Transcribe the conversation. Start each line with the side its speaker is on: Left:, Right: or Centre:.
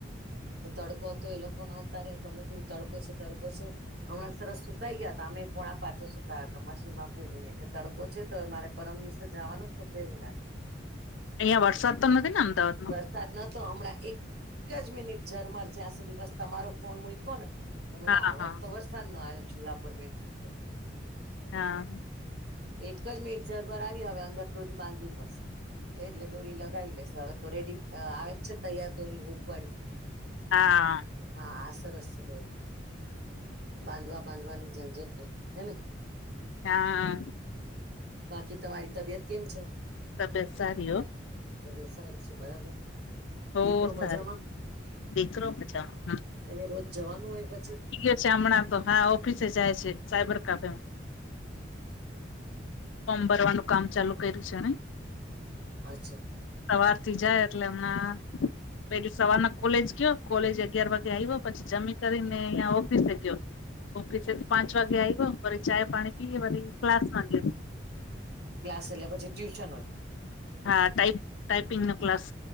Right: તો તડકો તો એ લોકો ના ઉતાર તો અમે કેધું તડકો છે તડકો છે. હમણાં સરસ સુકાઈ ગયા હતા. અમે ફોણા પાચા સુકાયા તો મશીન ન ફેરવીને કે તડકો છે તો મારે પરમ દિવસે જવાનું જ તો ફેરવી નાખી.
Left: અહિયાં વરસાદ તો નથી ને અમદાવાદમાં?
Right: ન તો હમણાં એક જ મિનિટ ઝરમર જ્યાં સુધી બસ તમારો ફોન મૂકો ને. તમે
Left: હા
Right: તો આવત
Left: હા
Right: તો વરસાદ ન આવ્યો જુલાપર બેઠી તો.
Left: હા.
Right: તો એક જ મિનટ જર પરર આવી હવે અંદર તોોરી બાંધવી પડશે. એટલે દોરી લગાવી લેસ હવે તો રેડી આવે જ છે તૈયાર દોરી હૂખવાળી.
Left: હા.
Right: હા આ સરસ છે. દોરી બાંધવા બાંધવાની ઝંઝટ નહી. હેને.
Left: હા.
Right: બાકી તમારી તબિયત કેમ છે?
Left: તબિયત સારી હો
Right: ત સારી છે. બરાબર.
Left: હો
Right: દીકરો મજામાં?
Left: સારી દીકરો મજામા.
Right: એને રોજ જવાનું હોય પછી?
Left: છે હમણાં તો હા ઓફિસે જાય છે સાયબર કાફેમાં. ફોર્મ ભરવાનું કામ ચાલુ કર્યું છે ને.
Right: અચ્છા.
Left: સવાર થી જાય એટલે હમણાં. પેલી સવારના કોલેજ ગયો કોલેજ અગિયાર વાગે આવ્યો. પછી જમી કરીને અહંયા ઓફિસે ગયો. ઓકે છે. પાંચ વાગે આવે. ચાય પાણી પીરી ક્લાસમાં લે.
Right: ક્લાસ એટલે પછી ટ્યુશન હોય
Left: હા ટાઈપિંગનો ક્લાસ.